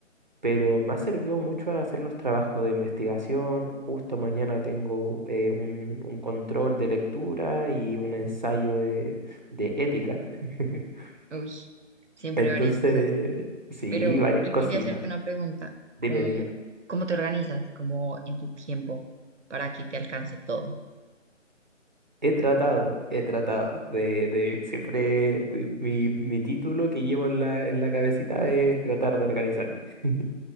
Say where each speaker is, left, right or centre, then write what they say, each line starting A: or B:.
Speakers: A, on the right; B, on the right.
A: Pero me ha servido mucho a hacer los trabajos de investigación. Justo mañana tengo eh, un, un control de lectura y un ensayo de, de ética. <laughs>
B: Uy, siempre
A: Entonces,
B: varias cosas.
A: sí,
B: Pero
A: varias
B: yo
A: cositas.
B: quería hacerte una pregunta.
A: Dime,
B: ¿Cómo,
A: dime.
B: cómo te organizas? ¿Cómo en tu tiempo para que te alcance todo?
A: He tratado, he tratado de, de siempre mi, mi- mi título que llevo en la, en la cabecita es tratar de organizarme. <laughs>